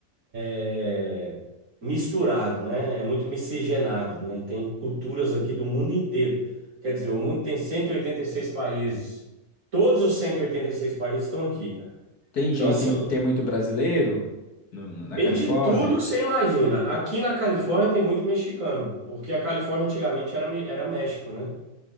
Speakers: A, on the right; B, on the left.
A: é, misturado, né? É muito miscigenado, né? Tem culturas aqui do mundo inteiro. Quer dizer, o mundo tem 186 países. Todos os 186 países estão aqui, cara.
B: Entendi.
A: Então, assim,
B: Tem, tem muito brasileiro no- no- na
A: tem
B: Califórnia?
A: de tudo que você imagina. Aqui na Califórnia tem muito mexicano, porque a Califórnia antigamente era, Me- era México, né?